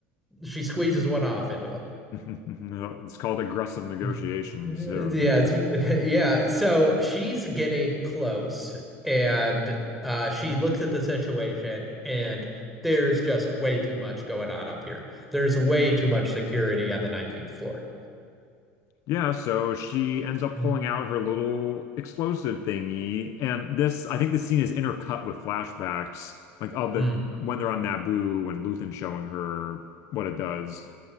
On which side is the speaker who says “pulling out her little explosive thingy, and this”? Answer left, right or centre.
Left